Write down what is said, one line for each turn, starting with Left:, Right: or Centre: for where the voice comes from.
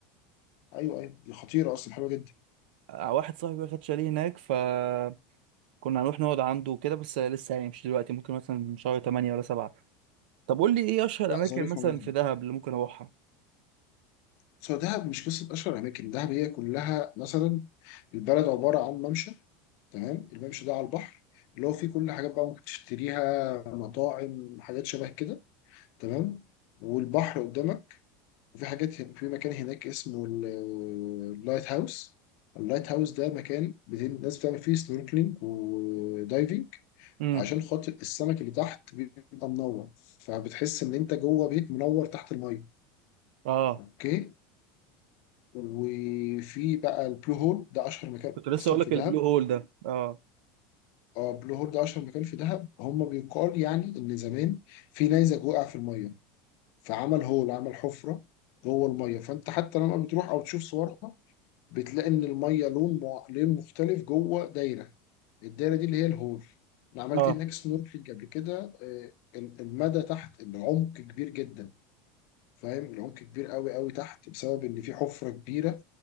Left: ايوه ايوه دي خطيره اصلا حلوه جدا
Right: آه، واحد صاحبي واخد شاليه هناك فكنا هنروح نقعد عنده وكده بس لسه يعني مش دلوقتي ممكن مثلا شهر 8 ولا 7 طب قول لي ايه اشهر
Left: لا
Right: اماكن
Left: ظريفه
Right: مثلا
Left: ممكن
Right: في دهب اللي ممكن اروحها
Left: سو دهب مش قصه اشهر اماكن دهب هي كلها مثلا البلد عباره عن ممشى تمام الممشى ده على البحر اللي هو فيه كل حاجات بقى ممكن تشتريها مطاعم حاجات شبه كده تمام والبحر قدامك وفي حاجات هن- في مكان هناك اسمه ال- اللايت هاوس اللايت هاوس ده مكان بت- الناس بتعمل فيه سنوركلينج ودايفنج
Right: امم
Left: عشان خاطر السمك اللي تحت بيبقى منور فبتحس ان انت جوه بيت منور تحت الميه
Right: اه
Left: اوكي وفي بقى البلو هول ده اشهر مكان
Right: كنت لسه
Left: اصلا
Right: اقول
Left: في
Right: لك
Left: دهب
Right: البلو هول ده اه
Left: اه بلو هول ده اشهر مكان في دهب هم بيقال يعني ان زمان في نيزك وقع في الميه فعمل هول عمل حفره جوه الميه فانت حتى لما بتروح او تشوف صورها بتلاقي ان الميه لون مع... لون مختلف جوه دايره الدايره دي اللي هي الهول انا عملت
Right: اه
Left: هناك سنوركلينج قبل كده آه، المدى تحت العمق كبير جدا فاهم العمق كبير قوي قوي تحت بسبب ان في حفره كبيره